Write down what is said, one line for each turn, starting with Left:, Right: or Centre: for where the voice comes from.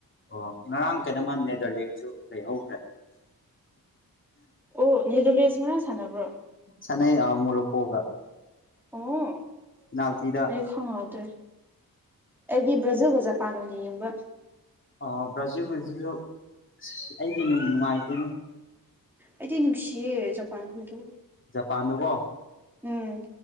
Left: ꯑꯣ ꯑꯗꯨꯒ ꯉꯔꯥꯡ ꯀꯩꯅꯣꯃ ꯅꯦꯗꯔꯂꯦꯟꯁꯨ ꯂꯩꯍꯧꯈ꯭ꯔꯦ
Centre: ꯑꯣ ꯅꯦꯗꯔꯂꯦꯟꯁꯨ ꯉꯔꯥꯡ ꯁꯥꯟꯅꯕ꯭ꯔꯣ
Left: ꯁꯅꯩꯌꯦ ꯑꯧ ꯃꯣꯔꯣꯀꯣꯒ
Centre: ꯑꯣ
Left: ꯄꯦꯅꯥꯜꯇꯤꯗ
Centre: ꯈꯪꯉꯧꯗ꯭ꯔꯦ ꯑꯩꯗꯤ ꯕ꯭ꯔꯖꯤꯜꯒ ꯖꯄꯥꯟ ꯑꯣꯏꯅ ꯌꯦꯡꯕ
Left: ꯑꯣ ꯕ꯭ꯔꯖꯤꯜ ꯍꯣꯏꯁꯤꯁꯨ ꯑꯁ ꯑꯩꯗꯤ ꯅꯨꯡꯕꯨ ꯅꯨꯡꯉꯥꯏꯇꯦꯅꯤ
Centre: ꯑꯩꯗꯤ ꯨꯅꯨꯛꯁꯤꯌꯦ ꯖꯄꯥꯟꯈꯣꯏꯗꯨ
Left: ꯖꯄꯥꯟ ꯗꯨꯀꯣ
Centre: ꯎꯝ